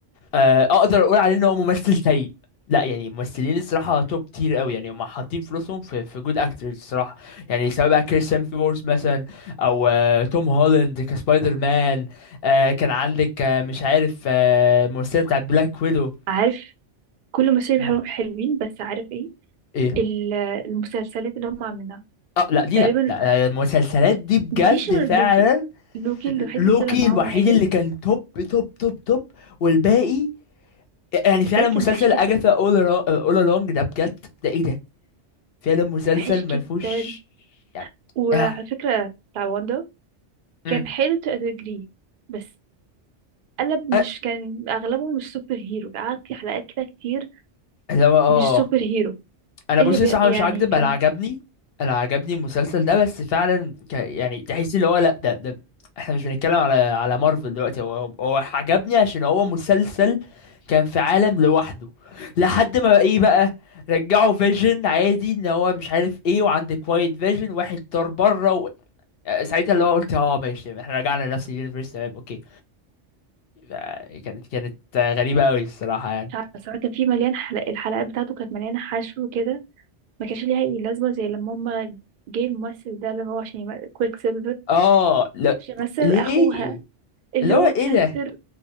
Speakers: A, on the left; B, on the right.
A: آه، اقدر اقول عليه ان هو ممثل سيء لا يعني ممثلين الصراحه توب تير قوي يعني هما حاطين فلوسهم في في جود اكترز الصراحه يعني سواء بقى كريس هيمثورث مثلا او آه، توم هولاند كسبايدر مان آه، كان عندك آه، مش عارف آه، الممثله بتاعت بلاك ويدو
B: عارف كل مشاهد
A: مم.
B: حلو- حلوين بس عارف ايه
A: ايه
B: ال- المسلسلات اللي هم عاملينها
A: اه لا دي
B: تقريبا
A: لا لا المسلسلات دي بجد
B: مفيش غير
A: فعلا
B: لوكي لوكي الوحيد
A: لوكي
B: اللي طلع معاهم
A: الوحيد
B: عادل
A: اللي كان توب توب توب توب والباقي يعني فعلا
B: الباقي
A: مسلسل
B: كان وحش
A: اجاثا
B: جدا
A: اول اول along ده بجد ده ايه ده فعلا مسلسل
B: وحش
A: ما
B: جدا
A: فيهوش يعني
B: وعلى
A: آه.
B: فكره بتاع واندا
A: مم.
B: كان حلو تجريه بس قلب مش
A: آه.
B: كان اغلبه مش سوبر هيرو قعد في حلقات كده كتير
A: اللي هو اه
B: مش سوبر هيرو
A: انا بصي
B: اللي بي
A: صراحه مش
B: يعني
A: هكدب
B: كان
A: انا عجبني انا عجبني المسلسل ده بس فعلا ك... يعني تحس اللي هو لا ده, ده احنا مش بنتكلم على على مارفل دلوقتي هو هو عجبني عشان هو مسلسل كان في عالم لوحده لحد ما ايه بقى رجعوا فيجن عادي ان هو مش عارف ايه وعندك كوايت فيجن واحد طار بره و... ساعتها اللي هو قلت اه ماشي احنا رجعنا لنفس اليونيفرس تمام اوكي آه، كانت كانت غريبة قوي الصراحة يعني
B: مش عارفة صراحة كان في مليان حلق الحلقات بتاعته كانت مليانة حشو كده ما كانش ليها اي لازمة زي لما هما جه الممثل ده اللي هو عشان يم- كويك سيلفر
A: اه لا
B: عشان يمثل
A: ليه
B: اخوها اللي
A: اللي هو
B: هو
A: ايه
B: كاركتر
A: ده